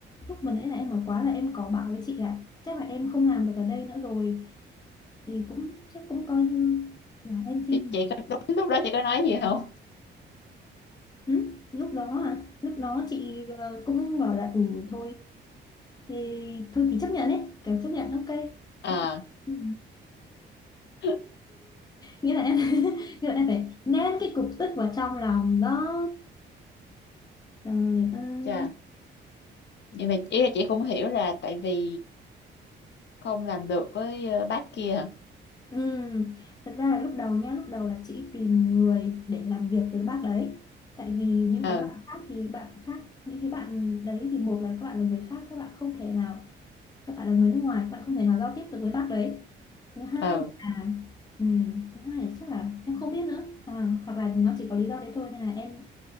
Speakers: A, on the left (about 20°); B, on the left (about 60°).
A: lúc vừa nãy là em ở quá là em có bảo với chị là chắc là em không làm được ở đây nữa rồi thì cũng chắc cũng coi như là em xin
B: chị,
A: nghỉ.
B: chị có đúng lúc đó chị có nói gì không
A: ừ? lúc đó à lúc đó chị ờ, cũng bảo là ừ thôi thì thôi thì chấp nhận ấy kiểu chấp nhận ok <laughs>
B: ờ
A: Ok. Ừ.
B: <laughs>
A: nghĩa là em <laughs> nghĩa là em phải nén cái cục tức vào trong lòng đó trời ơi
B: chà nhưng mà ý là chị cũng hiểu là tại vì không làm được với ờ, bác kia hả
A: Ừm, thật ra là lúc đầu nhá, lúc đầu là chị tìm người để làm việc với bác đấy. Tại vì những
B: ừ
A: cái bạn khác thì bạn khác, những cái bạn đấy thì một là các bạn là người pháp, các bạn không thể nào, các bạn là người nước ngoài, các bạn không thể nào giao tiếp được với bác đấy. Thứ hai
B: ừ
A: là, ừm, thứ hai là chắc là em không biết nữa, à, hoặc là nó chỉ có lý do đấy thôi nên là em